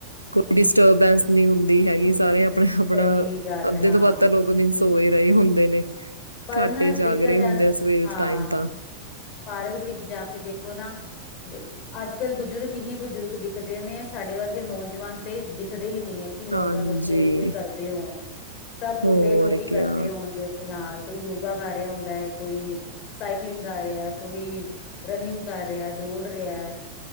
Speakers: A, on the right; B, on the left.
A: ਕੋਈ ਡਿਸਟਰਬੈਂਸ ਨਹੀਂ ਹੁੰਦੀ ਹੈਗੀ ਸਾਰੇ ਅਪ ਅਪਣਾ, ਅਪਣਾ
B: ਸਹੀ ਗੱਲ
A: ਅੱਧੇ
B: ਹੈ ਹਾਂ
A: ਤੋਂ ਵਦ ਤਾ ਲੋਗ ਮੀਂਸ ਸੋਏ ਰਹੇ ਹੁੰਦੇ ਨੇ
B: ਪਰ
A: ਘਾਟ
B: ਨਾ
A: ਹੀ ਜਾਗ
B: ਦੇਖਿਆ
A: ਰਹੇ ਹੁੰਦੇ
B: ਜਾਂਦਾ
A: ਆ ਸਵੇਰ
B: ਹਾਂ
A: ਟਾਈਮ ਤਾਂ।
B: ਪਾਰਕ ਵਿੱਚ ਜਾ ਕੇ ਦੇਖੋ ਨਾ ਅੱਜ-ਕੱਲ ਬਜ਼ੁਰਗ ਹੀ ਬਜ਼ੁਰਗ ਦਿਖਦੇ ਨੇ, ਸਾਡੇ ਵਰਗੇ ਨੌਜਵਾਨ ਤੇ ਦਿਖਦੇ ਹੀ ਨਹੀਂ ਹੈ ਕਿ ਨੌਜਵਾਨ
A: ਹਾਂਜੀ,
B: ਉੱਥੇ ਕੋਈ ਕਰਦੇ ਹੋਣ ਸਭ ਬੁੱਢੇ
A: ਹੋਰ
B: ਲੋਕ ਹੀ ਕਰਦੇ
A: ਕਿਆ
B: ਹੋਣਗੇ ਉੱਥੇ ਹਾਂ ਕੋਈ ਯੋਗਾ ਕਰ ਰਿਹਾ ਹੁੰਦਾ ਏ ਕੋਈ ਸਾਈਕਲਿੰਗ ਕਰ ਰਿਹਾ ਕੋਈ ਰਨਿੰਗ ਕਰ ਰਿਹਾ ਦੌੜ ਰਿਹਾ